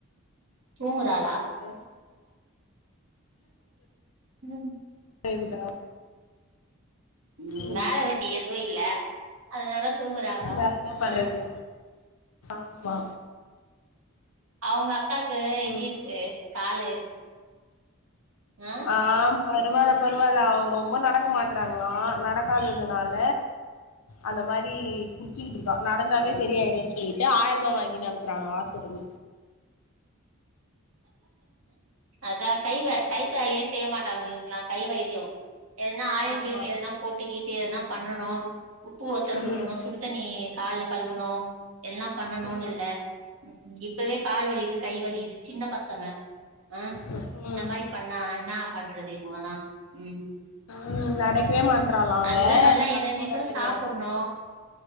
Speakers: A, on the right; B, on the left.
A: தூங்கரால
B: காலையில
A: உம்
B: செய்துடா
A: உம்
B: ம்
A: வேல வெட்டி எதுவு இல்ல அதனால தூங்குறாங்க
B: வேற என்ன பண்றது
A: அஹ்
B: ஆமா
A: அவங்க அக்காக்கு எப்டி
B: ம்
A: இருக்கு காலு ஆ
B: ஆஹ் பரவால்ல பரவால்ல அவங்க ரொம்ப நடக்க மாட்றாங்க க்லா நடக்காததுனால அந்த மாரி குட்டிட்டு இருக் க்கா நடந்தாவே
A: ம்
B: சரி ஆயிடுன்னு சொல்லிட்டு ஆயர் ரூபா வாங்கினு அனுப்புறாங்களா ஹாஸ்பிட்டல்
A: அதா கை வேல
B: ம்
A: கை வேலயே செய்ய மாட்டாங்க இவங்கல்லா கை வைத்யோ எதனா ஆயில்
B: ஆமா
A: கீயில் எதனா போட்டு கீட்டு எதனா பண்ணனு பூ ஒத்தடோ
B: ம்
A: குடுக்கணு சுடு தண்ணி கால்ல கழுவுணு எல்லா பண்ணணுன்னு
B: ம்
A: இல்ல ம் ம் இப்பவே கால் வலிக்குது கை வலிக்குது சின்ன பசங்க ஆஹ்
B: ம் ம்
A: இந்த மாரி பண்ணா என்னா பண்றது <unintelligible> உம்
B: உம் நடக்கவே மாட்றாலா அவ
A: அதுதா நல்லா
B: நடந்தாதா
A: எனர்ஜிக்கா
B: சரி
A: சாப்புட்ணு
B: ஆவு